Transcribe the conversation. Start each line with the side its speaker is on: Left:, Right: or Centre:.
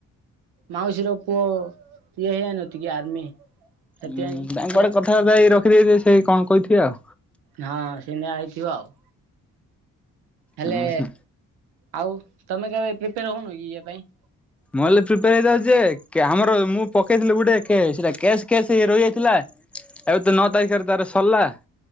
Right: ମାଉସୀର ପୁଅ ଇଏ <unintelligible> ଆର୍ମି। ସେଥିପାଇଁ
Centre: ଉଁ ହୁଁ ତାଙ୍କ
Right: ସେ
Centre: ଆଡେ କଥାବାର୍ତ୍ତା ହେଇ ରଖି ଦେଥିବେ ସେଇ କଣ କହିଥି କିଏ ଆଉ।
Right: ହଁ ସେ ଏଇନେ ଆଇଥିବ ଆଉ। ହେଲେ
Centre: ଉଁ ହୁଁ।
Right: ଆଉ ତମେ କେବେ ପ୍ରିପେୟାର ହଉନ କି ଇଏ ପାଇଁ।
Centre: ମୁଁ ହେଲେ ପ୍ରିପେୟାର ହେଇ ଯାଉଛି ଯେ କେ ଆମର ମୁଁ ପକେଇଥିଲି ଗୋଟେ କେ ସେଟା କେସେ କେସେ ହେଇ ରହିଯାଇଥିଲା। ଏବେ ତ ନଅ ତାରିଖରେ ତାର ସରଲା।